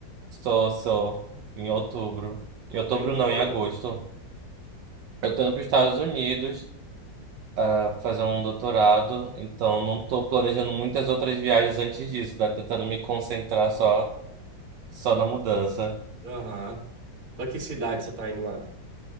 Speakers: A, on the right; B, on the right.
A: Estou, só em outubro. Em outubro,
B: Tá indo
A: não,
B: para
A: em
B: onde?
A: agosto. Eu tô indo pros Estados Unidos. ah, pra fazer um doutorado, então não estou planejando muitas outras viagens antes disso, né? Tentando me concentrar só, só na mudança.
B: Aham. Para que cidade você está indo lá?